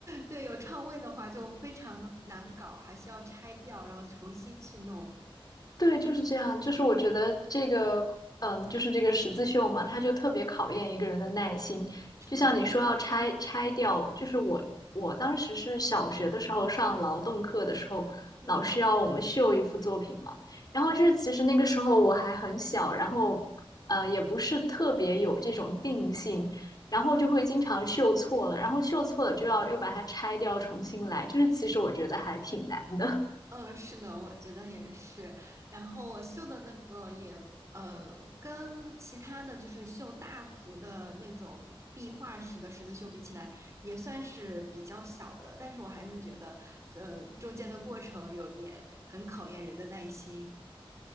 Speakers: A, on the right; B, on the left.
A: 对有串位的话，就非常难搞，还需要拆掉，然后重新去弄。
B: 对，就是这样。就是我觉得这个，嗯，就是这个十字绣嘛，它就特别考验一个人的耐心。
A: 是的，
B: 就像你说要拆拆掉，就是我我当时是小学的时候上劳动课的时候，
A: 嗯
B: 老师要我们绣一幅作品嘛。然后就是其实那个时候我还很小，
A: 嗯
B: 然后呃也不是特别有这种定性，然后就会经常绣错了，然后绣错了就要又把它拆掉重新来，就是其实我觉得还挺难的。
A: 嗯，呃是的，我觉得也是。然后我绣的那个也呃，跟其他的就是绣大幅的那种壁画式的十字绣比起来，也算是比较小的，但是我还是觉得，呃，中间的过程有点很考验人的耐心。